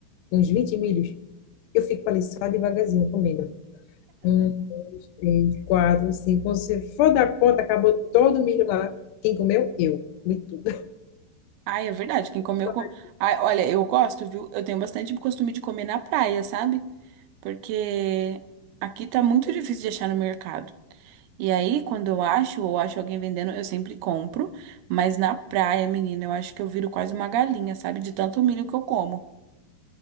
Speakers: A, on the left (about 80°); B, on the right (about 80°).
A: com uns 20 milhos, eu fico ali só devagarzinho comendo. Um, dois, três, quatro, cinco. Quando você for dar conta, acabou todo o milho lá. Quem comeu? Eu. Comi tudo.
B: Ai, é verdade. Quem comeu.
A: <laughs>
B: Com... Ai, olha, eu gosto, viu? Eu tenho bastante costume de comer na praia, sabe? Porque aqui tá muito difícil de achar no mercado. E aí, quando eu acho ou acho alguém vendendo, eu sempre compro. Mas na praia, menina, eu acho que eu viro quase uma galinha, sabe? De tanto milho que eu como.